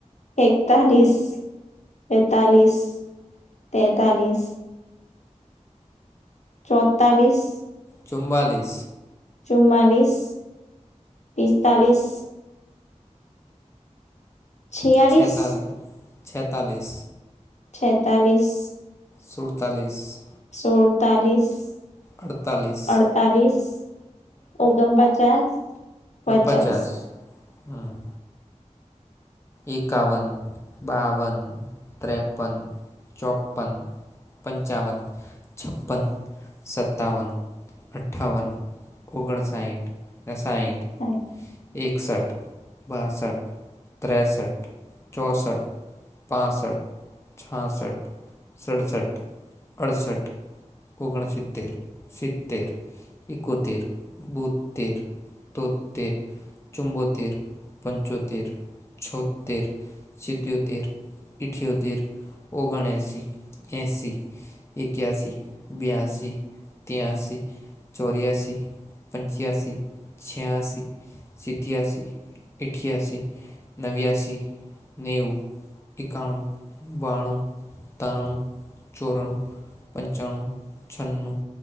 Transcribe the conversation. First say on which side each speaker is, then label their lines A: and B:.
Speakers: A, on the left (about 65°); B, on the left (about 20°).
A: એકતાલીસ, બેતાલીસ, તેતાલીસ. ચોતાલીસ.
B: ચુવાલીસ.
A: ચુમલીસ, પિસ્તાલીસ. છિયાલીસ
B: છેતાલીસ છેતાલીસ.
A: છેતાલીસ.
B: સુડતાલીસ.
A: સોડતાલીસ.
B: અડતાલીસ,
A: અડતાલીસ, ઓગણપચાસ. પચાસ
B: પંચાસ, હમ. એકાવન, બાવન, ત્રેપન, ચોપન. પંચાવન, છપ્પન, સત્તાવન, અઠાાવન. ઓગણસાઠ, સાઠ.
A: થ <unintelligible>
B: એકસઠ, બાસઠ. ત્રેસઠ, ચોંસઠ. પાસઠ, છાસઠ, સડસઠ, અડસઠ. ઓગણ સિત્તેર, સિત્તેર. ઈકોત, બુધર, તત્વે. ચુંબોતીર, પંચોતેર. છોતેર. સિત્યોતેર, ઇઠ્યોતેર, ઓગણએંસી. એંસી. એક્યાસી, બ્યાસી. ત્યાસી, ચોર્યાસી, પંચ્યાસી, છ્યાસી. સીત્યાશસી, ઇઠ્યાશસી. નનેવ્યાસી, નેવું, એકાણું, બાણું, ત્રણું. ચોરાણું, પંચાણું, છનું.